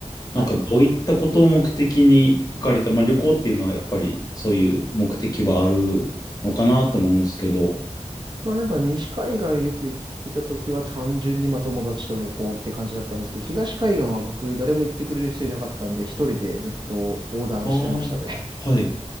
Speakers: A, on the left; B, on the right.
A: なんかどういったことを目的に行かれた、
B: はい。
A: まあ、旅行っていうのはやっぱりそういう目的はあるのかなと思うんですけど。
B: まあ、なんか、西海岸よく行ってた時は、単純に、まあ、友達と旅行って感じだったんですけど、東海岸は僕、誰も行ってくれる人いなかったんで、一人でずっと横断してましたね。
A: ああ、はい。